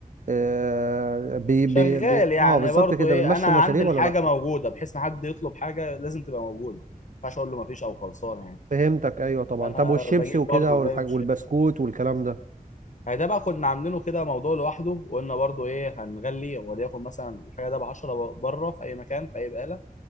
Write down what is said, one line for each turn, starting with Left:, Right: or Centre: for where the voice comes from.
Right: آه بي...
Left: شغال
Right: بي... بي...
Left: يعني
Right: اه بالظبط
Left: برضو
Right: كده
Left: ايه
Right: بيمشوا
Left: انا
Right: المشاريب
Left: عندي الحاجة
Right: ولا لا
Left: موجودة بحيث ما حد يطلب حاجة لازم تبقى موجودة ما ينفعش اقول له ما فيش او خلصانة يعني
Right: فهمتك ايوه طبعا
Left: فانا
Right: طب والشيبسي
Left: بجيب
Right: وكده
Left: برضو
Right: والحاج
Left: جايب
Right: والبسكوت والكلام ده
Left: يعني ده بقى كنا عاملينه كده موضوع لوحده وقلنا برضو ايه هنغلي وليكن مثلا الحاجه ده ب 10 بره في اي مكان في اي بقاله